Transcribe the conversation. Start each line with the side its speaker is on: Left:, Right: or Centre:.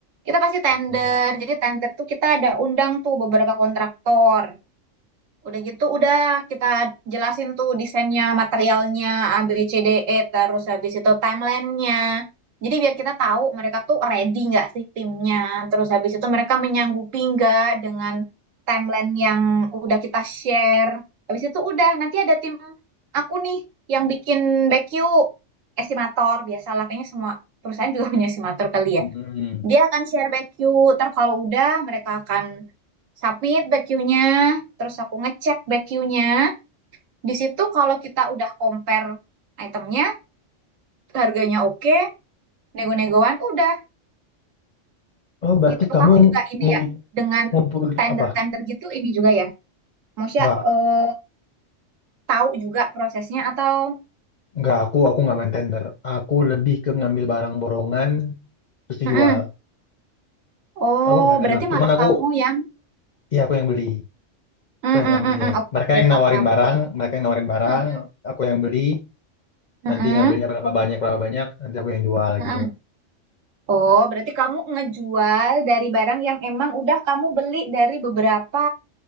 Right: Kita pasti tender.
Left: Oke.
Right: Jadi tender tuh kita ada undang tuh beberapa kontraktor. Udah gitu, udah kita jelasin tuh desainnya, materialnya, A, B, C, D, E, terus habis itu timelinenya. Jadi biar kita tahu mereka tuh ready nggak sih timnya. Terus habis itu mereka menyanggupi nggak dengan timeline yang udah kita share. Habis itu udah, nanti ada tim aku nih yang bikin back you estimator. Biasalah, kayaknya semua perusahaan juga <laughs> punya estimator kali
Left: Mm-mm.
Right: ya. Dia akan share back queue. Ntar kalau udah mereka akan submit back queue-nya, terus aku ngecek back queue-nya. Di situ kalau kita udah compare itemnya, harganya oke, nego-negoan udah
Left: Oh, berarti
Right: gitu.
Left: kamu
Right: Kamu juga ini
Left: ngum,
Right: ya dengan
Left: ngumpul
Right: tender-tender
Left: apa?
Right: gitu ini juga ya. Maksudnya
Left: Enggak,
Right: eh, tahu juga prosesnya atau
Left: enggak aku aku nggak main tender. Aku lebih ke ngambil barang borongan terus dijual.
Right: Mm-mm. Oh,
Left: Aku nggak main tender.
Right: berarti
Left: Cuman
Right: malah
Left: aku
Right: kamu yang
Left: ya aku yang beli,
Right: mm
Left: aku
Right: -mm,
Left: yang ngambil.
Right: mm, mm. Oke,
Left: Mereka yang
Right: paham.
Left: nawarin barang, mereka yang nawarin barang,
Right: Mm-mm,
Left: aku yang beli.
Right: mm-mm,
Left: Nanti ngambilnya berapa banyak berapa banyak, nanti aku yang jual
Right: mm-mm.
Left: gitu loh.
Right: Oh, berarti kamu ngejual dari barang yang emang udah kamu beli dari beberapa,